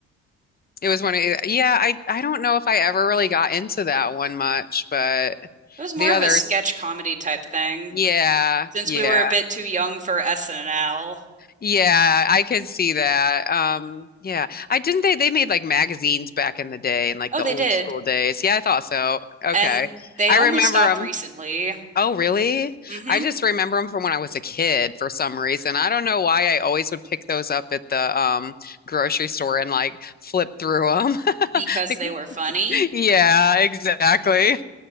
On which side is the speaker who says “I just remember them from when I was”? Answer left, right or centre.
Left